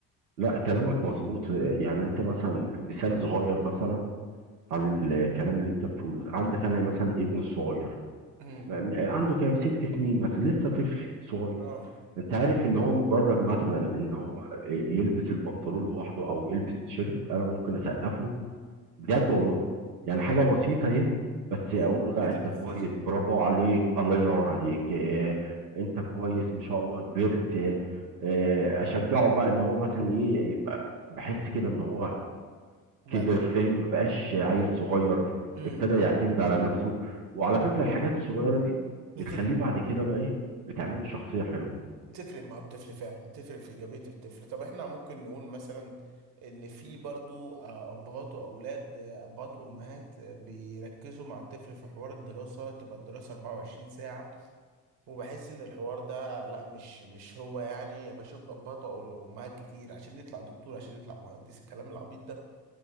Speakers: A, on the right (about 80°); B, on the right (about 55°).
A: لا كلامك مظبوط يعني انت مثلا مثال صغير مثلا عن الكلام اللي انت بتقوله ده عندك انا مثلا ابن الصغير
B: امم
A: م- م- عنده كام ست سنين مثلا لسه طفل صغير
B: اه
A: انت عارف ان هو مجرد مثلا ان هو يلبس البنطلون لوحده او يلبس تيشيرت انا ممكن اسقف له بجد والله يعني حاجة بسيطة اهي بس
B: لو
A: اقول له لا
B: بتحفزه
A: انت كويس برافو عليك الله ينور عليك اه انت كويس ما شاء الله كبرت اه آه، اشجعه بقى ان هو مثلا ايه يبقى بحس كده ان هو
B: بدأ
A: كبر فاهم ما بقاش عيل صغير
B: امم
A: ابتدى يعتمد على نفسه وعلى فكرة الحاجات الصغيرة دي
B: بتف-
A: بتخليه بعد كده بقى ايه بتعمله شخصية حلوة
B: بتفرق مع الطفل فعلا بتفرق في إيجابية الطفل طب احنا ممكن نقول مثلا ان في برضو آه، ابهات واولاد آه، ابهات وامهات آه، بيركزوا مع الطفل في حوار الدراسة تبقى الدراسة 24 ساعة وبحس ان الحوار ده لا مش مش هو يعني بشوف ابهات وامهات كتير عشان يطلع دكتور عشان يطلع مهندس الكلام العبيط